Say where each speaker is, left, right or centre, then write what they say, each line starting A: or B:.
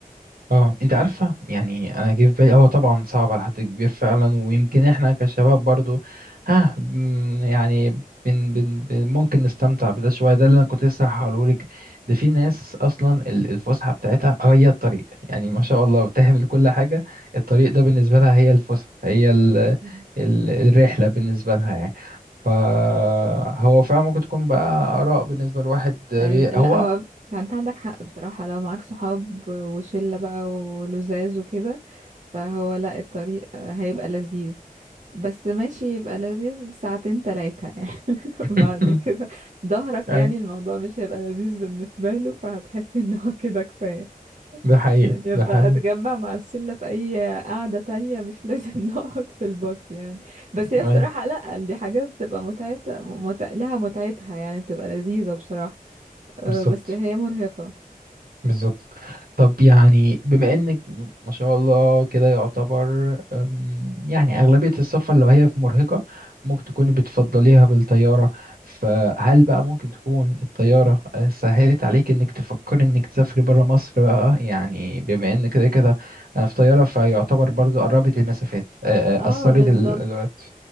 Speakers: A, on the right (about 75°); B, on the right (about 50°).
A: اه انت عارفه يعني انا جه في بالي هو طبعا صعب على حد كبير فعلا ويمكن احنا كشباب برضو ها مم، يعني بن بن بن ممكن نستمتع بده شويه ده اللي انا كنت لسه هقوله لك ده في ناس اصلا ال- الفسحه بتاعتها هي الطريق يعني ما شاء الله بتهمل كل حاجه الطريق ده بالنسبه لها هي الفسحه هي ال
B: مم.
A: ال الرحله بالنسبه لها يعني فهو فعلا ممكن تكون بقى اراء بالنسبه لواحد بي-
B: أيوة لا
A: هو
B: هو انت عندك حق بصراحة لو معاك صحاب وشلة بقى ولزاز وكده فهو لا الطريق هيبقى لذيذ بس ماشي يبقى لذيذ ساعتين تلاتة يعني <laughs>
A: <laughs>
B: بعد كده ظهرك
A: أي.
B: يعني الموضوع مش هيبقى لذيذ بالنسبة له فهتحس ان هو كده كفاية
A: ده حقيقي
B: يعني يبقى
A: ده حقيقي
B: اتجمع مع الشلة في اي قعدة تانية مش لازم <laughs> نقعد في الباص يعني بس هي بصراحة
A: ايوه
B: لا دي حاجات بتبقى متعتها مت... لها متعتها يعني بتبقى لذيذة بصراحة أه،
A: بالظبط
B: بس هي مرهقة
A: بالظبط طب يعني بما انك ما شاء الله كده يعتبر أم، يعني اغلبية السفر لو هي في مرهقة ممكن تكون بتفضليها بالطيارة فهل بقى ممكن تكون الطيارة آه، سهلت عليك انك تفكري انك تسافري برا مصر بقى يعني بما ان كده كده آه، في طيارة فيعتبر برضو قربت المسافات آه، آه،
B: اه
A: اثرت
B: بالظبط
A: ال... ال...